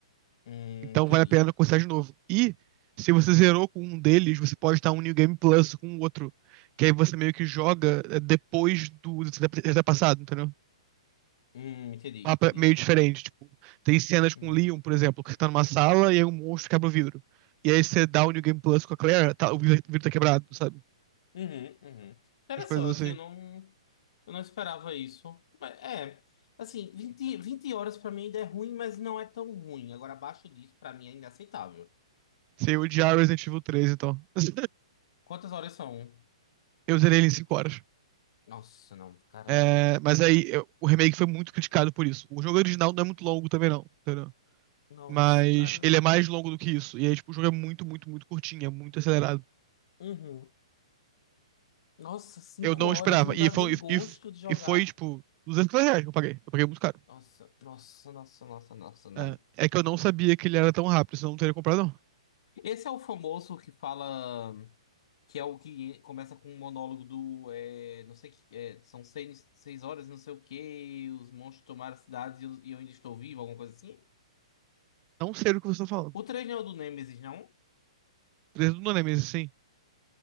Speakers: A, on the left (about 55°); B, on the right (about 25°).
A: Hum,
B: Então
A: entendi.
B: vale a pena começar de novo. E se você zerou com um deles, você pode estar um New Game Plus com o outro. Que aí você meio que joga eh, depois do ter passado, entendeu? Um
A: Hum, entendi,
B: Mapa
A: entendi.
B: meio diferente. Tipo, tem cenas com
A: Uhum.
B: o Leon, por exemplo, que você tá numa sala e aí um monstro quebra o vidro. E aí você dá o New Game Plus com a Claire, tá- o vidro o vidro tá quebrado, sabe?
A: Uhum, uhum. Interessante,
B: As coisas assim.
A: eu não, eu não esperava isso. Mas é, assim, vinte vinte horas pra mim ainda é ruim, mas não é tão ruim. Agora, abaixo disso, pra mim é inaceitável.
B: Você odiar Resident Evil três então. <laughs>
A: Quantas horas são?
B: Eu zerei ele em 5 horas.
A: Nossa, não, cara.
B: É, mas aí eu- o remake foi muito criticado por isso. O jogo original não é muito longo também, não, entendeu?
A: Nossa,
B: Mas
A: cara.
B: ele é mais longo do que isso. E aí, tipo, o jogo é muito, muito, muito curtinho, é muito acelerado.
A: Uhum. Nossa, 5
B: Eu não
A: horas
B: esperava.
A: não
B: E
A: dá
B: foi,
A: nem gosto
B: e, e
A: de jogar.
B: e foi tipo, 200 reais que eu paguei. Eu paguei muito caro.
A: Nossa, nossa, nossa, nossa, nossa, não.
B: É, é que eu não sabia que ele era tão rápido, senão eu não teria comprado, não.
A: Esse é o famoso que fala. Que é o que começa com um monólogo do. é, não sei que. é, são seis, seis horas e não sei o quê. Os monstros tomaram a cidade e eu, e eu ainda estou vivo, alguma coisa assim.
B: Não sei do que você tá falando.
A: O 3 não é o do Nemesis, não?
B: Três do Nemesis, sim.